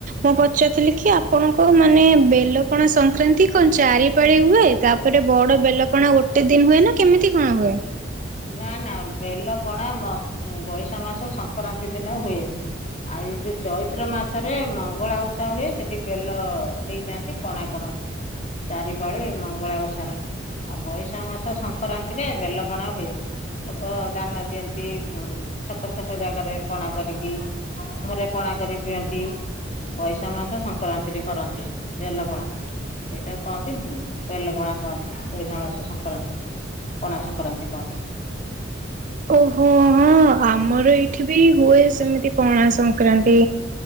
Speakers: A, on the right; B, on the left.
A: ମୁଁ ପଚାରଥିଲି କି ଆପଣଙ୍କ ମାନେ ବେଲପଣା ସଂକ୍ରାନ୍ତି କଣ ଚାରିପାଳି ହୁଏ? ତା ପରେ ବଡ ବେଲପଣା ଗୋଟେ ଦିନ ହୁଏ ନା କେମିତି କଣ ହୁଏ?
B: ନା ନା ବେଲ ପଣା ମ-ଅଁ, ବୈଶାଖ ମାସ ସଂକ୍ରାନ୍ତି ଦିନ ହୁଏ। ଆଉ ଏ ଯୋଉ ଚୈତ୍ର ମାସରେ ମଙ୍ଗଳା ଓଷା ହୁଏ ସେଠି ବେଲ ଦେଇଯାଆନ୍ତି। ପଣା କରନ୍ତି। ଚାରିପାଳି ମଙ୍ଗଳା ଓଷାରେ। ଆଉ ବୈଶାଖ ମାସ ସଂକ୍ରାନ୍ତିରେ ବେଲପଣା ହୁଏ। ଲୋକ ଦାନ ଦିଅନ୍ତି ଉଁ, ଛକ ଛକ ଜାଗାରେ ପଣା କରିକି। ଘରେ ପଣା କରିକି ପିଅନ୍ତି। ବୈଶାଖ ମାସ ସଂକ୍ରାନ୍ତିରେ କରନ୍ତି ବେଲପଣା। ସେଇଟା କହନ୍ତି ଉଁ, ବେଲ ପଣା କହନ୍ତି ବୈଶାଣ ମାସ ସଂକ୍ରାନ୍ତିରେ। ପଣା ସଂକ୍ରାନ୍ତି କହନ୍ତି।
A: ଓହୋ, ହଁ ଆମର ଏଇଠି ବି ହୁଏ ସେମିତି ପଣା ସଂକ୍ରାନ୍ତି।